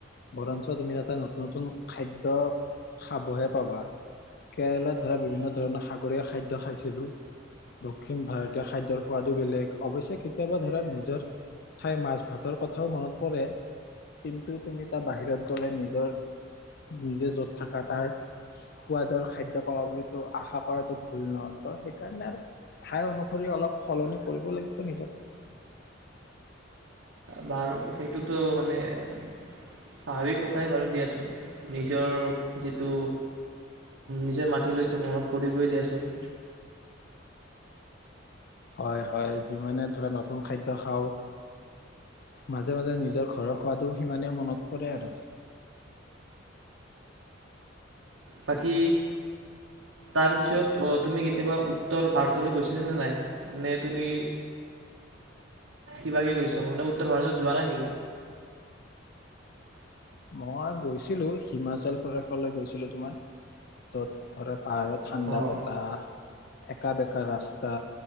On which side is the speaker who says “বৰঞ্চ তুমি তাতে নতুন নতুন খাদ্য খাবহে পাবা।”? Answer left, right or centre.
Left